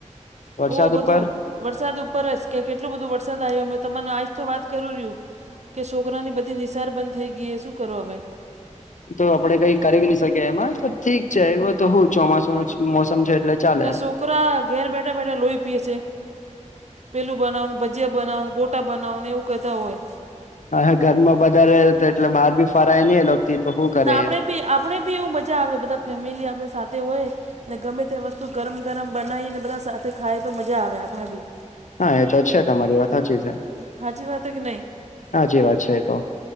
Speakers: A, on the left; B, on the right.
A: વરસાદ
B: ઓ બધું
A: ઉપર
B: વરસાદ ઉપર જ કે કેટલોું બધું વરસાદ આવ્યો મે તમાને આજ તો વાત કરું રહ્યું કે છોકરાની બધી નિસાર બંધ થઈ ગઈ એ શું કરો હવે
A: તો આપડે કઈ કર નહી શકીએ એમાં તો ઠીક છે એ તો હું ચોમાસું ન મોસમ છે એટલે ચાલે.
B: ને છોકરા ઘેર બેઠા બેઠા લોહી પીએ છે પેલું બનાવવાને ભજીયા બનાવોને ગોટા બનાવોને એવું કહેતા હોય
A: હ ઘરમાં બારે એટલે બહાર ભી ફરાય નહી એ લો તો શું કરે
B: ના આપણે બી આપણે બીવું મજા જા આવે બધા ફેમિલી આપણે સાથે હોય ને ગમે તે વસ્તુ ગરમ ગરમ બનાવીને બધા સાથે ખાય તો મજા આવે આપણે બી
A: હા એ તો છે તમારી વાત સાચી છે
B: સાચી વાત કે નહીં.
A: સાચી વાત છે તો